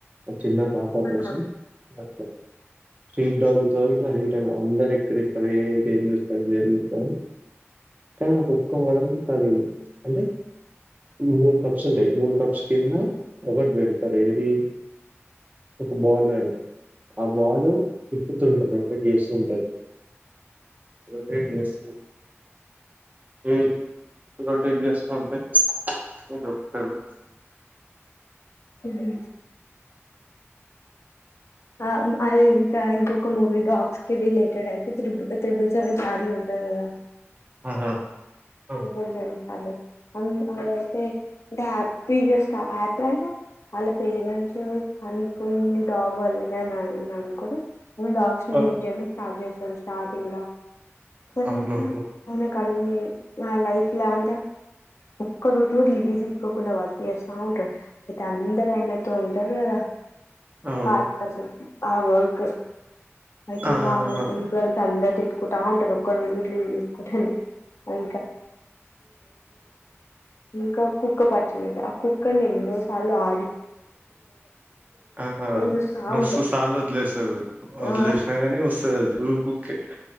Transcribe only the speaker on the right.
చిన్న పాప కోసం
అట్ల స్ట్రీట్ డాగు తో <unintelligible> అందరు ఎక్కిస్తారు <unintelligible> నక్ ఒక దాని కాదు అంటే నూరు కప్స్ ఉంటాయ్ నూరు కప్స్ కి ఇన్ని <unintelligible> ఏది ఒక బాల్ పెడతారు ఆ బాల్లు తిప్పుతుంటారు రిపీట్ ఏసీ ఉంటె ఇక్కడా డ్రెస్ ఏది ఉమ్ ఇగో టూత్బ్రష్ <unintelligible>
ఆహా! అవ్
అవును.
అవును.
అవును.
ఆ!
ఆ!
ఆహా
మస్తు
సార్లు వదిలేస్తారు వదిలేసినా
గాని వస్తాదది ఊర కుక్కే